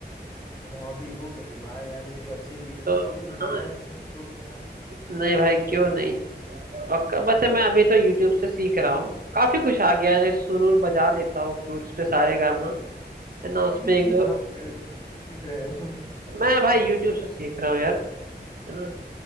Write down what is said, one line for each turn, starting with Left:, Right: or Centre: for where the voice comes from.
Left: अच्छा हॉबी हो गई वाह यार ये तो अच्छी चीज है आपको
Right: तो
Left: भी सिखाना
Right: हाँ
Left: है यार ऐसे फ्लोट सिखाना है
Right: नहीं भाई क्यों नहीं पक्का बस मैं अभी तो यूट्यूब से सीख रहा हूँ काफी कुछ आ गया है, जैसे सुरूर बजा लेता हूँ फ्लूट्स पे सारे गामा है ना उस
Left: सीख
Right: पे एक
Left: भी
Right: दो
Left: कहाँ से रहे हो सीख रहे हो <laughs>
Right: मैं भाई यूट्यूब से सीख रहा हूँ यार है ना